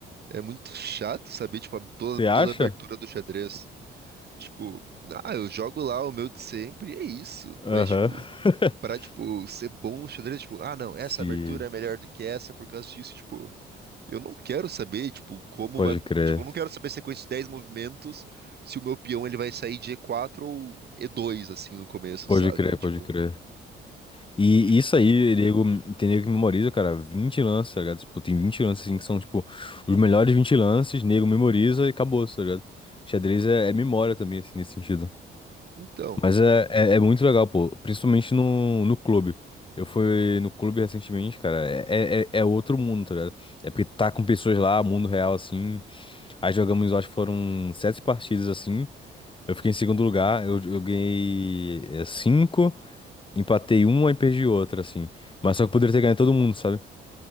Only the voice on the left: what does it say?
Você acha?
Aham.
<laughs>
Se.
Pode
crer.
Pode
crer,
pode crer. E
isso aí, nego, tem nego que memoriza, cara, 20 lances, tá ligado? Tipo, tem 20 lances, assim, que são, tipo, os melhores 20 lances, nego memoriza e acabou, tá ligado? Xadrez é, é memória também, assim, nesse sentido.
Mas é, é, é muito legal, pô. Principalmente no, no clube. Eu fui no clube recentemente, cara. É, é, é é outro mundo, tá ligado? É porque tá com pessoas lá, mundo real, assim. Aí jogamos, eu acho que foram sete partidas, assim. Eu fiquei em segundo lugar. Eu, eu ganhei é, cinco, empatei uma e perdi outra, assim. Mas só que eu poderia ter ganho todo mundo, sabe?